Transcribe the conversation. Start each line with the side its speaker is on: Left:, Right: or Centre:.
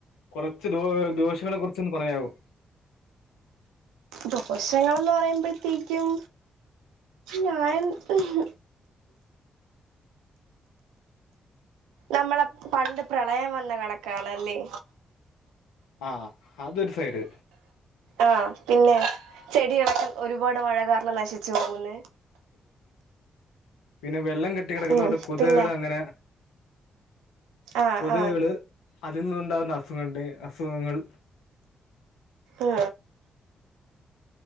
Left: കൊറച്ച് ദോ ദോഷങ്ങളെ കുറിച്ചൊന്ന് പറയാമോ?
Right: ദോശങ്ങളന്ന് പറയുമ്പോഴത്തേക്കും ഞാൻ ഹും നമ്മളെ പണ്ട് പ്രളയം വന്ന കണക്കാണല്ലേ
Left: ആ അതൊരു സൈഡ്
Right: ആ പിന്നെ ചെടിയിളക്കം ഒരുപാട് മഴ കാരണം നശിച്ചു പോകുന്നേ
Left: പിന്നെ വെള്ളം കെട്ടി കിടക്കുന്നോണ്ട്
Right: ഉം
Left: കൊതുകുകൾ
Right: പിന്നെ
Left: അങ്ങനെ
Right: ആഹ്
Left: കൊതുകുകള്
Right: ആഹ്
Left: അതിൽ നിന്നുണ്ടാകുന്ന അസുഖണ്ട് അസുഖങ്ങൾ
Right: ആ